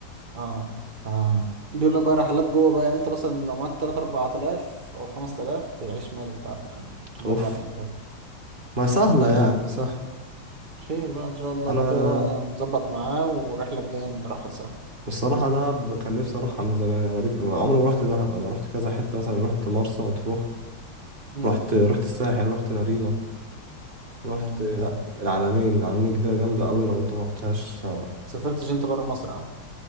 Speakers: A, on the right; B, on the right.
A: اه اه بيقول لك بقى رحلات جوه بقى يعني أنت مثلا لو معاك تلات أربع آلاف أو خمس آلاف تعيش ملك بقى فاهم في
B: اوف
A: الأربع أيام دول
B: ما سهله يعني سهل
A: خير بقى إن شاء الله
B: انا
A: لو كده بقى أنا مظبط معاه والرحلة الجاية نروحها سوا
B: الصراحه دهب كان نفسي اروحها من زمان يعني بقالي- عمري ما رحت دهب انا رحت كذا حته مثلا رحت مرسى مطروح
A: مم،
B: رحت رحت الساحل رحت مارينا رحت
A: جامد
B: الع-
A: ده
B: العلمين العلمين دي جامده قوي لو انت ما رحتهاش
A: سافرتش أنت برا مصر أهو